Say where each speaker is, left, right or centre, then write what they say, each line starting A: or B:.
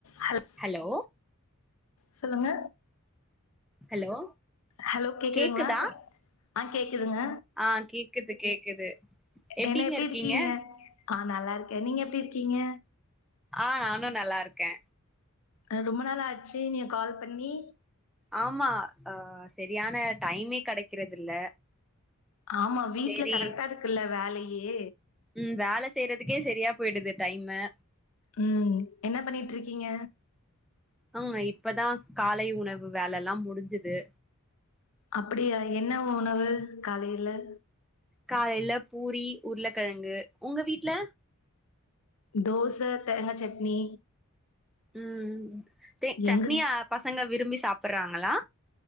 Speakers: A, on the left; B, in the centre.
A: ஹல்
B: ஹலோ
A: சொல்லுங்க
B: hello
A: hello கேக்குதுங்ளா
B: கேக்குதா
A: ஆ கேக்குதுங்க
B: ஆ கேக்குது கேக்குது எப்டிங்க
A: என்ன எப்டி
B: இருக்கீங்க
A: ஆ நல்லா இருக்கே நீங்க எப்டி இருக்கீங்க
B: ஆ நானு நல்லா இருக்கே
A: அ ரொம்ப நாள் ஆச்சு நீங்க கால் பண்ணி
B: ஆமா அ செரியான டைமே கெடைக்கிறது இல்ல
A: ஆமா வீட்டுல
B: சேரி
A: கரெக்ட்டா இருக்குல்ல வேலையே
B: ம் வேல செய்றதுக்கே சரியா போயிடுது டைமு
A: ம் என்ன பண்ணிட்ருக்கீங்க
B: ஆ இப்பதா காலை உணவு வேலலா முடிஞ்சுது
A: அப்பிடியா என்ன உணவு காலைல
B: காலைல பூரி உருளக்கெழங்கு உங்க வீட்ல
A: தோச தேங்கா சட்னி
B: ம் தே சட்னிய
A: எங்க
B: பசங்க விரும்பி சாப்பர்றாங்களா